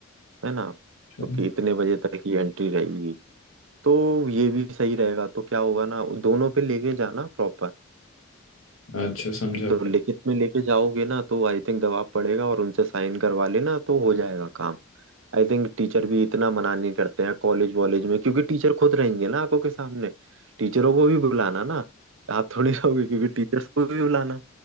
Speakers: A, on the right; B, on the left.
A: है ना
B: हाँ।
A: तो कि इतने बजे तक ही एंट्री रहेगी तो ये भी सही रहेगा तो क्या होगा ना दोनों पे लेके जाना प्रॉपर
B: अच्छा समझा
A: तो लिखित में लेके जाओगे ना तो आई थिंक दबाव पड़ेगा और उनसे साइन करवा लेना तो हो जाएगा काम आई थिंक टीचर भी इतना मना नहीं करते हैं कॉलेज वॉलेज में क्योंकि टीचर खुद रहेंगे ना आंखों के सामने टीचरों को भी बुलाना ना आप थोड़ी रहोगे क्योंकि टीचर्स को भी बुलाना